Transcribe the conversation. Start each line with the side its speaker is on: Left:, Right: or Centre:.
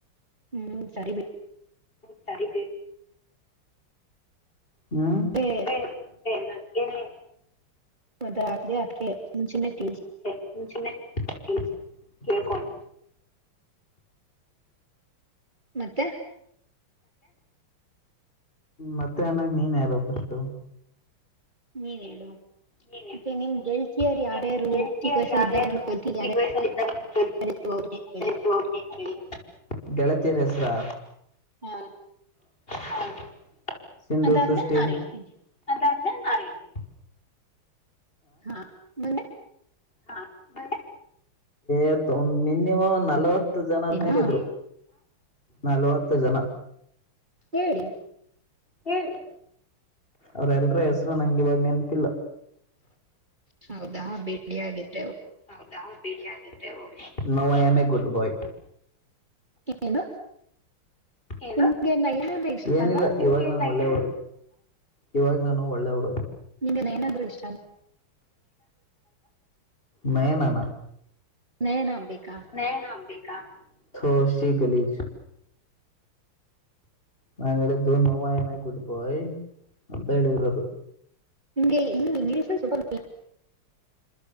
Right: ಹ್ಮ್ ಸರಿ
Left: ಸರಿ ಹ್ಮ್
Right: ಬಿಟ್ರೆ
Left: ಸೇ ಸೇ ನನ್ಗೆನೆ
Right: <unintelligible> <unintelligible> ಮುಚನ್ನ ತೀ
Left: ಮುಂಚೇನೆ <unintelligible> ಕೇಳ್ಕೋಣ
Right: ಮತ್ತೆ
Left: ಮತ್ತೆ ಅನಾಗ ನೀನ್ ಯಾರು ಫಸ್ಟು
Right: ನೀನ್ ಹೇಳು
Left: ನೀನ
Right: ಮತ್ತೆ ನಿಮ್ ಗೆಳತಿಯರು
Left: ಮತ್ತೆ
Right: ಯಾರ್ಯಾರು
Left: ನಿಮ ಗೆಳತಿಯರ
Right: ಚಿಕ್ಕ ವಯಸ್ಸಲ್ಲಿ
Left: ಯಾರ್ಯಾರು
Right: ಇದ್ದಾಗ ನಿಮ್ ಗೆಳತಿರ್
Left: ಚಿಕ್ಕ ವಯಸ್ಸಲ್ಲಿ ಇದಿದ್ದಾಗ ನಿಮ್
Right: ಯಾರ್ಯಾರಿದ್ರು ಅವ್ರನ್ನೇನು ಹೇಳಿ
Left: ಗೆಳತಿಯರ ಯಾರ್ ಯಾರ್ ಇದ್ರು ಅವರ ನೇಮ್ ಹೇಳಿ ಗೆಳತಿಯರ ಗೆಳತಿಯರ ಹೆಸರಾ
Right: ಹಾ
Left: ಹಾ ಸಿಂಧು
Right: ಅದಾದ್ಮೇಲೆ
Left: ಸೃಷ್ಟಿ
Right: ನಾನ್ ಹೇಳ್ತೀನಿ
Left: <unintelligible>
Right: ಹಾ ಮುಂದೆ
Left: ಹ ಮುಂದೆ ಎ ಥೂ ನೀನಿವ ಒಂದ ನಲವತ್ತ <unintelligible> ಜನದ
Right: ನಾ
Left: ಮೇಲೆ ಇದ್ರು. ನಲ್ವತ್ತು ಜನ
Right: ಹೇಳಿ
Left: ಹೇಳಿ ಅವ್ರಲ್ರ ಹೆಸರು ನಂಗ ಇವಾಗ ನೆನಪ್ಪಿಲ್ಲ
Right: ಹೌದಾ ಬಿಡಿ ಹಾಗಿದ್ರೆ
Left: ಹೌದಾ ಬಿಡಿ ಹಾಗಿದ್ರೆ ಹೋಗೀ ನೌ ಇಯಂ ಎ ಗುಡ್ ಬೊಯ್
Right: ಏನು
Left: ಏ
Right: ನಿಮ್ಗೆ ನಯನಂದ್ರೆ ಇಷ್ಟ
Left: ಏನಿಲ್ಲ
Right: ಅಲ್ವಾ
Left: ಇವಾಗ ನ ಒಳ್ಳೆ ಇವಾಗ ನಾನು ಒಳ್ಳೆ ಹಡ
Right: ನಿಮ್ಗೆನ್ೇನಾದ್ರೂ ಇಷ್ಟ
Left: ನಯನಾನ
Right: ನಯನ ಅಂಬಿಕಾ
Left: ನ ನ ಬ ೋಶಿ ಗಲಿಜ ನಾನನ್ ಹೇಳಿದ್ದು ನೌ ಇಯಂ ಎ ಗುಡ್ ಬಾಯ್ ಅಂತ ಹೇಳಿದರದು
Right: ಇ ಇ ಇಂಗ್ಲೀಷ್ ಸೂಪರ್